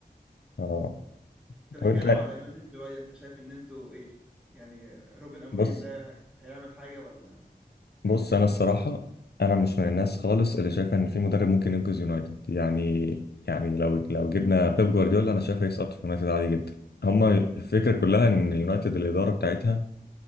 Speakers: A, on the left (about 80°); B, in the centre.
A: اه
B: انت
A: طب
B: بنتكلم
A: انت
B: على يونايتد شويه انت شايف ان انتوا ايه يعني روبن اموريم
A: بص
B: ده هيعمل حاجه ولا
A: بص انا الصراحة انا مش من الناس خالص اللي شايفة ان في مدرب ممكن ينقذ يونايتد يعني يعني لو لو جبنا بيب جوارديولا انا شايف هيسقط في يونايتد عادي جدا هما الفكرة كلها ان يونايتد الإدارة بتاعتها